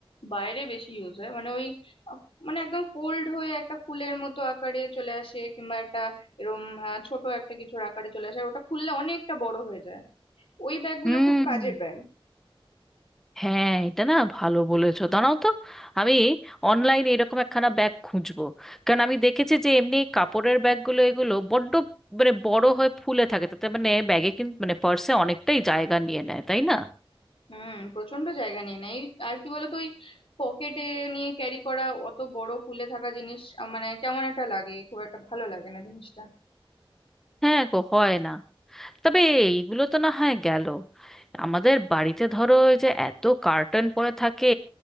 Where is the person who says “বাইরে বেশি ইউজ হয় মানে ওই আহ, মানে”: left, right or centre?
Left